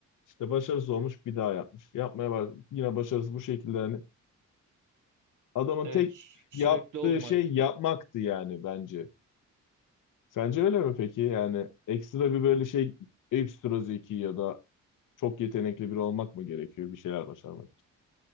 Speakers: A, on the left; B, on the right.
A: işte başarısız olmuş, bir daha yapmış. Yapmaya baş yine başarısız bu şekilde hani adamın
B: evet
A: tek
B: sü- sürekli
A: yaptığı
B: olmak.
A: şey yapmaktı yani bence. Sence öyle mi peki? Yani ekstra bir böyle şey ekstra zeki ya da çok yetenekli biri olmak mı gerekiyor bir şeyler başarmak? için?